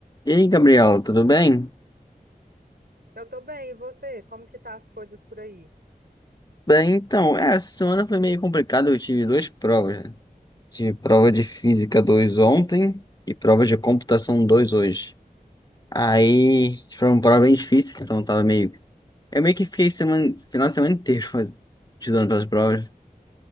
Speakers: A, on the left; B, on the right.
A: E aí, Gabriela, tudo bem?
B: Eu tô bem, e você? Como que tá as coisas por aí?
A: Bem, então, é, essa semana foi meio complicado, eu tive duas provas, né? Tive prova de Física 2 ontem e prova de Computação 2 hoje. Aí, foi uma prova bem difícil, então eu tava meio... Eu meio que fiquei semana, final de semana inteiro faz- estudando para as provas.